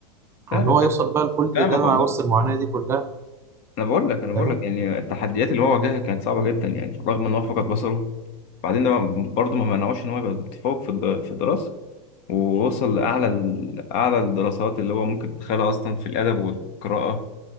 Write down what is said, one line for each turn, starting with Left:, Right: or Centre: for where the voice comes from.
Left: فاهمك
Right: وان هو يوصل
Left: يا اسطى.
Right: بقى لكل
Left: فاهمك
Right: ده
Left: والله
Right: مع وسط المعاناه دي كلها
Left: انا بقول لك انا
Right: فاهم
Left: بقول لك يعني التحديات اللي هو واجهها كانت صعبه جدا يعني رغم ان هو فقد بصره بعدين ده برضه ما منعوش ان هو يبقى متفوق في الد- في الدراسه ووصل لاعلى ال- اعلى الدراسات اللي هو ممكن تتخيلها اصلا في الادب والقراءه